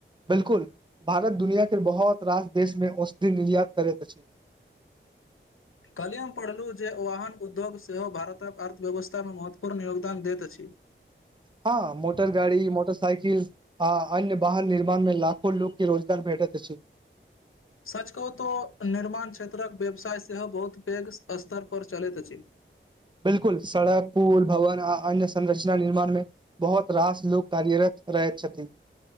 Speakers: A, on the right; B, on the left.
A: बिल्कुल भारत दुनिया के बहुत रास देश मे औषधि निर्यात करैत अछि
B: कल्हिमे पढ़लहुँ जे ओाहन उद्योग सेहो भारतक अर्थव्यवस्थामे महत्वपूर्ण योगदान दैत अछि
A: हँ मोटर गाड़ी मोटर साइकिल आ अन्य वाहन निर्माण में लाखो लोक के रोजगार भेटैत अछि
B: सच कहु त निर्माण क्षेत्रक व्यवसाय सेहो बहुत पैघ स्तर पर चलैत अछि
A: बिल्कुल सड़क पूल भवन आ अन्य संरचना निर्माण मे बहुत रास लोक कार्यरत रहय छथि